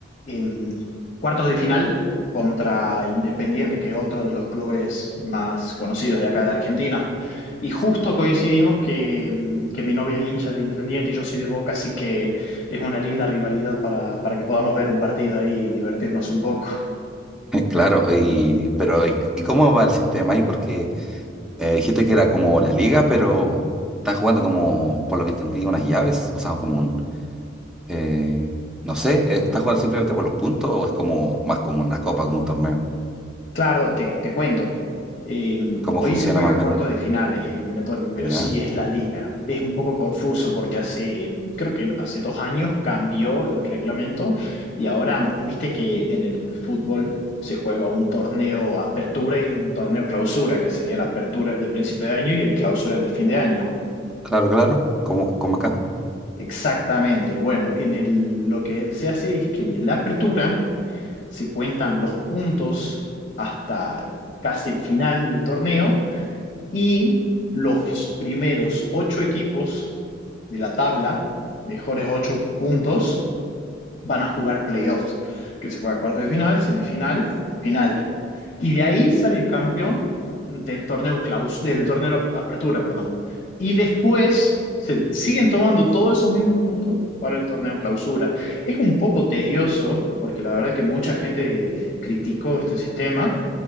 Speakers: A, on the left; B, in the centre.
A: en cuartos de final contra Independiente, que es otro de los clubes más conocidos de acá de Argentina.
B: <laughs>
A: Y justo coincidimos que, mm, que mi novia es hincha de Independiente y yo soy de Boca, así que es una linda rivalidad para, para que podamos ver un partido ahí y divertirnos un poco.
B: Claro, y, pero ¿y, y cómo va el sistema ahí? Porque eh, dijiste que era como la liga, pero están jugando como, por lo que entendí, unas llaves, o sea, como un, eh, no sé, eh, ¿están jugando simplemente por los puntos o es como más como una copa, como un torneo?
A: Claro, te, te cuento. Eh,
B: ¿Cómo
A: hoy
B: funciona
A: se juega
B: más o menos?
A: cuarto de final, es eliminatoria,
B: ¿Ya?
A: pero sí es la liga. Es un poco confuso porque hace, em, creo que hace dos años cambió el reglamento y ahora, viste que en el fútbol se juega un torneo apertura y un torneo clausura, que sería la apertura el de principio de año y el clausura el de fin de año.
B: Claro, claro, como, como acá.
A: Exactamente. Bueno, en el, lo que se hace es que en la apertura se cuentan los puntos hasta casi el final del torneo y los primeros ocho equipos de la tabla, los mejores ocho puntos, van a jugar playoffs, que se juega cuarto de final, semifinal, final. Y de ahí sale el campeón del torneo claus del torneo apertura, perdón. Y después se siguen tomando todos esos mismos puntos para el torneo clausura. Es un poco tedioso, porque la verdad que mucha gente criticó este sistema,